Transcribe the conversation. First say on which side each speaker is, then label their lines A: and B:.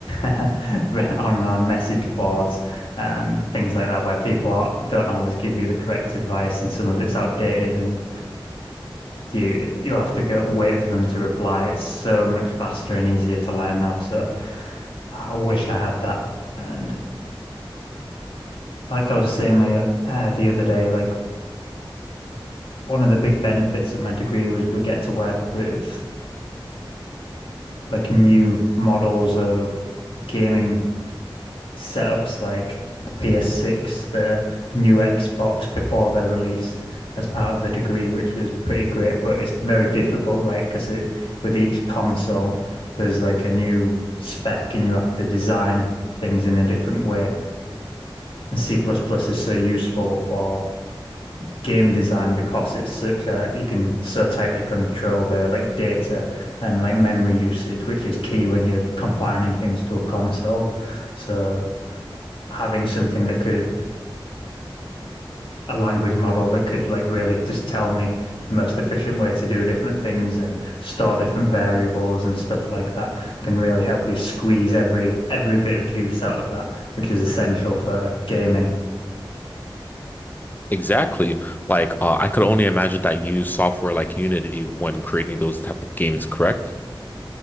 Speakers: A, on the left; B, on the left.
A: <laughs> re- online message boards and things like that where people are, don't always give you the correct advice and some of it's outdated and you you have to go wait for them to reply. It's so much faster and easier to learn now. So I wish I had that and. Like I was saying my, uh, the other day, like one of the big benefits of my degree was we get to work with like new models of gaming setups like the PS6, the new Xbox before they're released as part of the degree, which was pretty great, but it's very difficult, right? Because it with each console there's like a new spec and you have to design things in a different way. And C++ plus plus is so useful for game design because it's such a you can so tightly control the like data and like memory usage, which is key when you're confining things to a console. So having something that could a language model that could like really just tell me the most efficient way to do different things and store different variables and stuff like that can really help you squeeze every every bit of juice out of that, which is essential for gaming.
B: Exactly. Like, uh, I could only imagine that you use software like Unity when creating those type of games, correct?